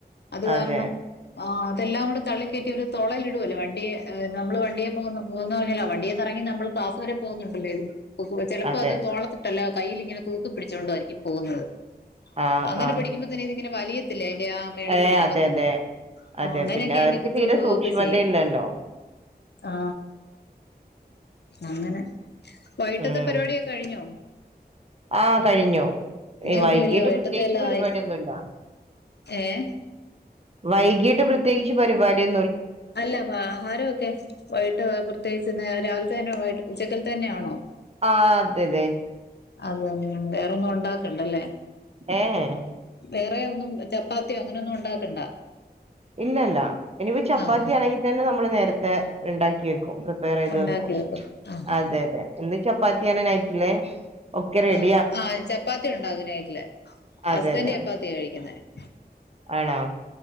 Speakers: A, on the left; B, on the right.
A: അത് കാരണം
B: അതെ
A: ആ അതെല്ലാം കൂടി തള്ളിക്കേറ്റി ഇവര് തോളേലിടുവുല്ലെ വണ്ടിയെ നമ്മള് വണ്ടിയെ പോകുമ്പ വണ്ടിയെന്നറങ്ങി നമ്മൾ ക്ലാസ്സ് വരെ പോകുന്നുണ്ടല്ലോ ഇത് ചെലപ്പോ
B: അതെ
A: അത് തോളത്തിട്ടല്ല കയ്യില് ഇങ്ങനെ തൂക്കി പിടിച്ചോണ്ട് വരും പോന്നത്
B: ആഹ്
A: അങ്ങനെ
B: ആഹ്
A: പിടിക്കുമ്പോ തന്നെ ഇതിങ്ങനെ വലിയത്തില്ലേ ആ മേളി
B: ഏഹ്
A: പഠിക്കുമ്പോ
B: അതെ
A: തന്നെ.
B: അതെ അതെ
A: അങ്ങനെയൊക്കെ
B: പിന്നെ
A: ഇതിന്റെ
B: അവർക്ക്
A: കുത്ത്
B: തീരെ
A: വിട്ട് പോകുവൊക്കെ
B: സൂക്ഷ്മതയില്ലല്ലോ
A: ചെയ്യും ആ അങ്ങനെ വൈട്ടത്തെ
B: ഉം
A: പരിപാടിയൊക്കെ കഴിഞ്ഞോ?
B: ആഹ് കഴിഞ്ഞു
A: ഇനിയൊന്നുല്ല
B: ഏഹ് വൈകീട്ട്
A: വൈകിട്ടത്തെല്ല
B: പ്രത്യേകിച്ച് പരിപാടിയൊന്നുല്ല
A: ആയി ഏഹ്?
B: വൈകീട്ട് പ്രത്യേകിച്ച് പരിപാടിയൊ
A: അല്ലാ വാഹാരൊക്കെ വൈകിട്ട് പ്രത്യേകിച്ച് ഒന്ന് രാവിൽത്തെ തന്നെ ഉച്ചക്കത്തെ തന്നെയാണോ
B: ആഹ് അതെ അതെ
A: അത് തന്നെ വേറൊന്നും ഉണ്ടാക്കണ്ടല്ലേ?
B: ഏഹ്?
A: വേറെ ഒന്നും ചപ്പാത്തിയോ അങ്ങനെയൊന്നും ഉണ്ടാക്കണ്ട
B: ഇല്ലല്ല ഇനിപ്പോ ചപ്പാത്തിയാണെങ്കിൽ
A: ആഹാ
B: തന്നെ നമ്മള് നേരത്തെ ഇണ്ടാക്കി വെക് ക്കും പ്രിപേറ് ചെയ്ത്
A: ഉണ്ടാക്കി
B: വക്കും.
A: വെക്കും ആഹാ
B: അതെതെ ഇന്ന് ചപ്പാത്തിയാണ് നൈറ്റില് ഒക്കെ റെഡി
A: ആ ആ ചപ്പാത്തി ഉണ്ടാക്കും നൈറ്റില്.
B: അതെ
A: ഹസ്ബൻഡ്
B: അതെ
A: ചപ്പാത്തിയാ കഴിക്ക്ന്നെ
B: ആണോ